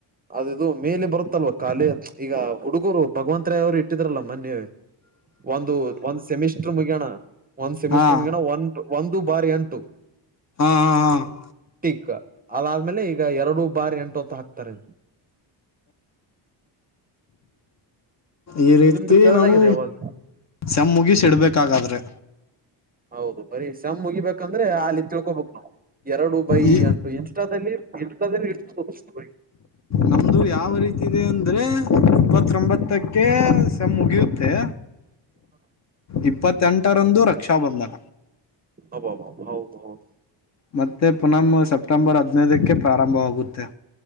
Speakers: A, on the right (about 20°); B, on the left (about 40°).
A: ಅದ ಇದು ಮೇಲೆ ಬರುತ್ತಲ್ವ ಕಾಲೆ ಪ್ಚ್ ಈಗ ಹುಡುಗೂರು ಭಗವಂತ್ರೆಯವರು ಇಟ್ಟಿದ್ರಲ್ಲ ಮೊನ್ನೆ.
B: ಹು
A: ಒಂದು ಒಂದ್ ಸೆಮಿಸ್ಟರ್ ಮುಗಿಯಣ ಒಂದ್ ಸೆಮಿಸ್ಟರ್
B: ಹಾ
A: ಮುಗಿಯಣ ಒಂದ ಒಂದು. ಬಾರ್ ಎಂಟು
B: ಹಾ ಹಾ ಹಾ
A: ಟಿಕ್ ಅದಾದ್ಮೇಲೆ ಈಗ ಎರಡು ಬಾರ್ ಎಂ ಟು ತ ಹಾಕ್ತಾರೆ.
B: ಈ ರೀತಿ
A: ನಿಮ್ದು ಕೇಳಲಾಗಿದೆ
B: ನಾವು
A: ಅವಾಜ್
B: ಸೆಮ್ ಮುಗಿಸಿ ಇಡಬೇಕ ಹಾಗಾದ್ರೆ‌.
A: ಹೌದು ಬರೀ ಸೆಮ್ ಮುಗಿಬೇಕಂದ್ರೆ ಅಲ್ಲಿ ತಿಳ್ಕೋಬೇಕು ನಾವು ಎರಡು ಬೈ
B: ಈ
A: ಎಂಟು ಇನ್ಸ್ಟಾದಲ್ಲಿ. ಇನ್ಸ್ಟಾ ದಲ್ಲಿ ಎಷ್ಟು ಪೋಕಸ್ ಬೈ.
B: ನಮ್ದು ಯಾವ ರೀತಿ ಇದೆ ಅಂದ್ರೆ ಇಪ್ಪತ್ರೋಂಬತ್ತಕ. ಕ್ಕೆ ಸೆಮ್ ಮುಗಿಯುತ್ತೆ ಇಪ್ಪತ್ತೆಂಟರಂದು ರಕ್ಷಾಬಂಧನ.
A: ಅಬಾಬಾಬಾ ಹೌದ ಹೌದ.
B: ಮತ್ತೆ ಪುನಮ ಸೆಪ್ಟೆಂಬರ್ ಹದಿನೈದಕ್ಕೆ ಪ್ರಾರಂಭವಾಗುತ್ತೆ.